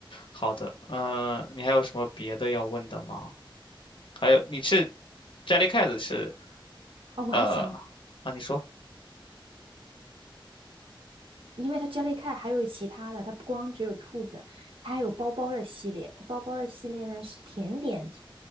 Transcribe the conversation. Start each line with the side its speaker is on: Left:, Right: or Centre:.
Left: 好的，嗯、你还有什么别的要问的吗？还有，你是 Jellycat 是
Right: 啊、我还想，
Left: 呃啊，你说，
Right: 因为它 Jellycat 还有其他的，它不光只有兔子，它还有包包的系列。它包包的系列呢是甜点做